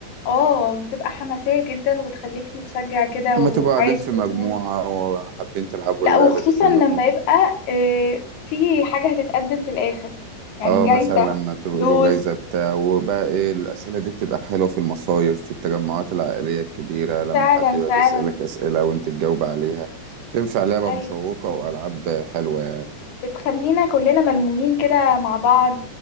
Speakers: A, on the left; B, on the right.
A: اه بتبقى حماسيه جدا وبتخليك متشجع كده
B: لما
A: وعايش
B: تبقوا قاعدين في
A: في
B: مجموعة
A: المود
B: وحابين تلعبوا
A: لا
B: اللعبة
A: وخصوصا
B: دي كلكم
A: لما يبقى آه في حاجه هتتقدم في الاخر يعني
B: اه
A: جايزه
B: مثلا لما تبقوا
A: فلوس
B: له جايزة بتاع وبقى ايه الأسئلة دي بتبقى حلوة في المصايف في التجمعات العائلية الكبيرة لما
A: فعلا
B: حد يقعد
A: فعلا
B: يسألك أسئلة وانت تجاوب عليها تنفع لعبة
A: أيوة.
B: مشوقة وألعاب حلوة يعني
A: بتخلينا كلنا ملمومين كده مع بعض